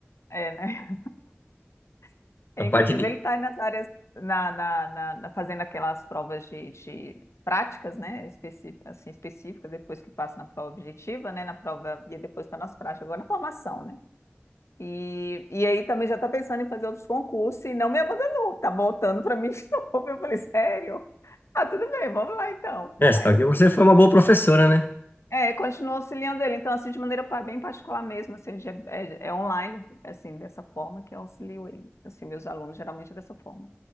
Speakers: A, on the left; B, on the left.
A: é, né? <laughs> Inclusive
B: A parte de,
A: ele está nas áreas, na, na, na, na- fazendo aquelas provas de, de práticas, né? Específicas, assim, específicas, depois que passa na prova objetiva, né? Na prova, e depois está nas práticas, agora na formação, né? E, e aí também já está pensando em fazer outros concursos e não me abandonou, tá voltando para mim de <laughs> novo. Eu falei, sério? Ah, tudo bem, vamos lá então.
B: É, você
A: Aí
B: tá
A: eu
B: você foi uma boa professora, né?
A: é, continuo auxiliando ele, então assim, de maneira pa- bem particular mesmo, assim, de- é, é online, assim, dessa forma que eu auxilio ele. Assim, meus alunos geralmente é dessa forma.